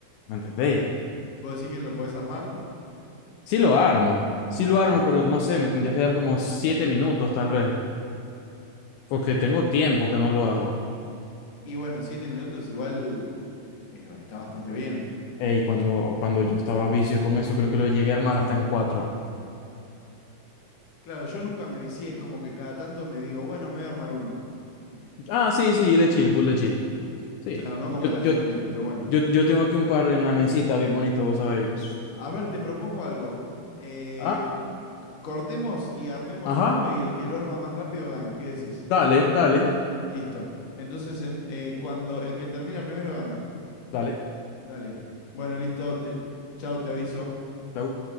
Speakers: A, on the left; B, on the left.
A: ¿me entendéis?
B: vos decís que lo podés armar
A: Sí lo armo, sí lo armo, pero no sé, me tendrías que dar como siete minutos tal vez, porque tengo tiempo que no lo hago.
B: y bueno, 7 minutos igual es- está bastante bien.
A: Ey, cuando, cuando yo estaba a vicio con eso, creo que lo llegué a armar hasta en cuatro.
B: Claro, yo nunca me vicié, es como que cada tanto me digo, bueno, me voy a armar uno.
A: Ah, sí, sí, de chill, full de chill. Sí.
B: Claro, no como
A: Yo,
B: el ajedrez,
A: yo,
B: pero bueno.
A: yo, yo tengo aquí un par en la mesita, bien bonito, vos sabéis.
B: A ver, te propongo algo. Eh,
A: Ah,
B: Cortemos y armemos
A: ajá,
B: uno y el que lo arma más rápido gana. ¿Qué decís?
A: dale, dale.
B: Listo. Entonces, en- eh, cuando el que termina primero gana.
A: Dale,
B: Dale. Bueno, listo. Te, chau, te aviso.
A: chau.